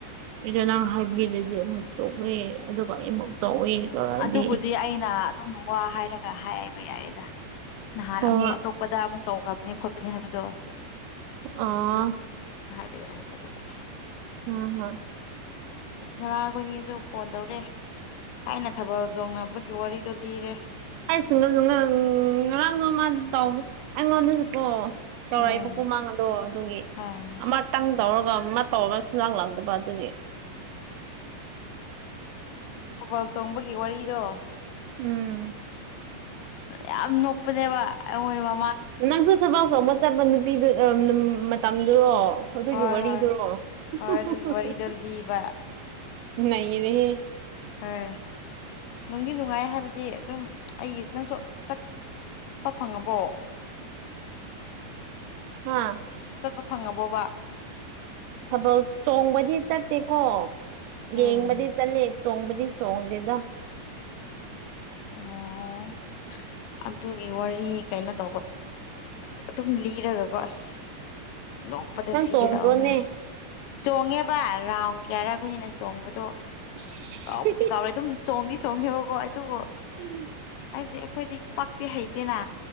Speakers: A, on the right; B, on the left.
A: ꯑꯩꯗꯣ ꯅꯪ ꯍꯥꯏꯕꯤꯗꯗꯤ ꯑꯃ ꯇꯣꯛꯂꯦ ꯑꯗꯨꯒ ꯑꯩꯃꯨꯛ ꯇꯧꯋꯦ ꯇꯧꯔꯛꯑꯗꯤ
B: ꯑꯗꯨꯕꯨꯗꯤ ꯑꯩꯅ ꯑꯗꯨꯝ ꯋꯥ ꯍꯥꯏꯔꯒ ꯍꯥꯏꯕ ꯌꯥꯏꯌꯦꯗ ꯅꯍꯥꯟ
A: ꯍꯣꯏ
B: ꯑꯃꯨꯛ ꯑꯇꯣꯞꯄꯗ ꯑꯃꯨꯛ ꯇꯧꯈ꯭ꯔꯕꯅꯦ ꯈꯣꯠꯄꯅꯦ ꯍꯥꯏꯕꯗꯣ
A: ꯑꯥ
B: ꯌꯥꯢꯌꯦꯗ ꯑꯗꯨꯕꯨꯗꯤ
A: ꯎꯝ ꯍꯝ
B: ꯑꯁ ꯉꯔꯥꯡ ꯑꯩꯈꯣꯏꯅꯤꯁꯨ ꯐꯣꯟ ꯇꯧꯔꯦ ꯊꯥꯏꯅ ꯊꯥꯕꯜ ꯆꯣꯡꯅꯕꯒꯤ ꯋꯥꯔꯤꯗꯣ ꯂꯤꯔꯦ
A: ꯑꯩꯁꯤꯅꯁꯨ ꯉ ꯉꯔꯥꯡ ꯅ ꯃꯥ ꯇꯧꯕ ꯑꯩꯉꯣꯟꯗꯁꯨꯀꯣ ꯇꯧꯔꯛꯏꯕꯀꯣ
B: ꯎꯝ
A: ꯃꯥ ꯑꯗꯣ ꯑꯗꯨꯒꯤ
B: ꯍꯣꯏ
A: ꯑꯃꯇꯪ ꯇꯧꯔꯒ ꯃꯥ ꯇꯧꯔꯒ ꯁꯨꯝꯂꯥꯛ ꯂꯥꯛꯇꯕ ꯑꯗꯨꯒꯤ
B: ꯊꯥꯕꯜ ꯆꯣꯡꯕꯒꯤ ꯋꯥꯔꯤꯗꯣ
A: ꯎꯝ
B: ꯌꯥꯝ ꯅꯣꯛꯄꯅꯦꯕ ꯑꯩꯈꯣꯢ ꯋꯥ
A: ꯅꯪꯁꯨ ꯊꯥꯕꯜ ꯆꯣꯡꯕ ꯆꯠꯄ ꯅꯨꯄꯤꯗꯨ ꯑꯥ ꯃ ꯃꯇꯝꯗꯨꯔꯣ ꯑꯣ ꯑꯗꯨꯒꯤ
B: ꯍꯣꯏ
A: ꯋꯥꯔꯤꯗꯨꯔꯣ
B: ꯍꯣꯏ
A: ꯍꯪꯍꯥꯍꯥꯍꯍ
B: ꯍꯣꯏ ꯑꯗꯨꯒꯤ ꯋꯥꯔꯤꯗꯣ ꯂꯤꯕ
A: ꯅꯩꯔꯦꯍꯦ
B: ꯍꯣꯏ ꯅꯨꯡꯗꯤ ꯅꯨꯡꯉꯥꯏ ꯍꯥꯏꯕꯗꯤ ꯑꯗꯨꯝ ꯑꯩꯒꯤ ꯅꯪꯁꯨ ꯆꯠ ꯄ ꯐꯪꯉꯕꯣ
A: ꯍꯥꯥ
B: ꯄ ꯐꯪꯉꯕꯣꯕ
A: ꯊꯥꯕꯜ ꯆꯣꯡꯕꯗꯤ ꯆꯠꯇꯦꯀꯣ ꯌꯦꯡꯕꯗꯤ
B: ꯎꯝ
A: ꯆꯠꯂꯦ ꯆꯣꯡꯕꯗꯤ ꯆꯣꯡꯗꯦꯗ
B: ꯑꯣ ꯑꯗꯨꯒꯤ ꯋꯥꯔꯤ ꯀꯩꯅꯣ ꯇꯧꯕ ꯑꯗꯨꯝ ꯂꯤꯔꯒꯀꯣ ꯑꯁ ꯅꯣꯛꯄꯗ
A: ꯅꯪ
B: ꯁꯤꯒꯦꯊꯧꯋꯦꯅꯦ
A: ꯆꯣꯡꯕ꯭ꯔꯣꯅꯦ
B: ꯆꯣꯡꯉꯦꯕ ꯔꯥꯎꯟ ꯀꯌꯥꯔ ꯑꯩꯈꯣꯏꯅ ꯆꯣꯡꯕꯗꯣ
A: ꯏꯁ
B: ꯀꯥꯎꯕꯗꯤ ꯀꯥꯎꯔꯦ ꯑꯗꯨꯝ ꯆꯣꯡꯗꯤ ꯆꯣꯡꯉꯦꯕꯀꯣ ꯑꯗꯨꯕꯨ
A: ꯎꯝ
B: ꯍꯥꯏꯕꯗꯤ ꯑꯩꯈꯣꯏꯗꯤ ꯄꯛꯇꯤ ꯍꯩꯇꯦꯅ